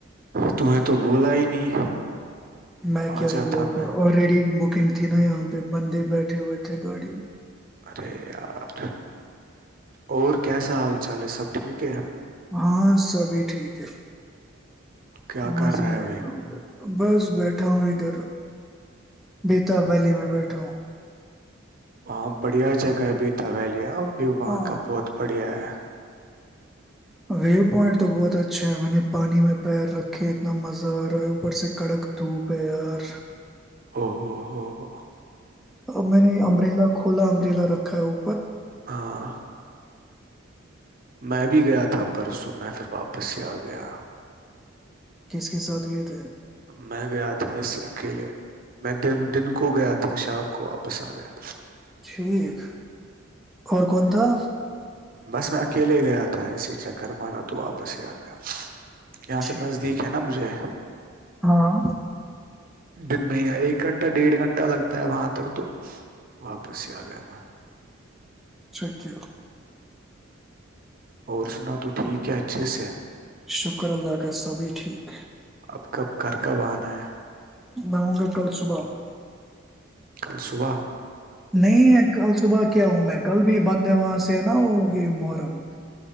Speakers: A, on the right (about 45°); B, in the centre.
A: ت نے تو بولا ہی نہیں
B: میں کیا
A: آ جاتا
B: ہی بولتا
A: میں
B: ہوں آلریڈی بک بکنگ تھی نا یہاں پہ بندے بیٹھے ہوئے تھے گاڑی میں
A: ارے یار اور کیسا حال چال ہے سب ٹھیک ہے
B: ہاں سبھی ٹھیک ہے
A: کیا
B: مزہ
A: کر رہا
B: ہےئے
A: ہے وہ
B: یہاں پر بس بیٹھا ہوں ادھر بیتاب ویلی میں بیٹھا ہوں
A: ہاں بڑھیا جگہ ہے بیتا ویلی بھی وہاں
B: ہاں
A: کا بہت بڑھیا ہے
B: ویو پوائنٹ تو بہت اچھا ہے میں نے پانی میں پیر رکھے اتنا مزہ آ رہا ہے اوپر سے کڑک دھوپ ہے یار
A: او ہو ہو ہو
B: ا میں نے امبریلا کو کوولا امبریلا رکھا ہو
A: ہاں میں بھی گیا تھا پرسوں میں پھر واپس ہی آ گیا
B: کس کے ساتھ گئے تھے
A: میں گیا تھا اس سے اکیلے میں دن کو گیا تھا شام کو واپس آ گیا
B: ٹھیک اور کون تھا
A: بس میں اکیلے ہی گیا تھا اسی چکر مارا تو واپس ہی آ گیا یہاں سے
B: ٹھیک
A: نزدیک ہے نا مجھے
B: ہاں
A: دن میں ایک گھنٹہ ڈیڑھ گھنٹہ لگتا ہے وہاں تک تو واپس ہی آ گیا میں
B: شکہ
A: اور سنا تو ٹھیک ہے اچھے سے
B: شکر اللہ کا سبھی ٹھیک
A: اب کب گھر کب آنا ہے
B: میں ہوں گا کل صبح ہ <inaudible>
A: کل صبح
B: نہیں ہے کل صبح کیا ہوں میں کل بھی بند ہے وہاں سے نا وہ یہ محرم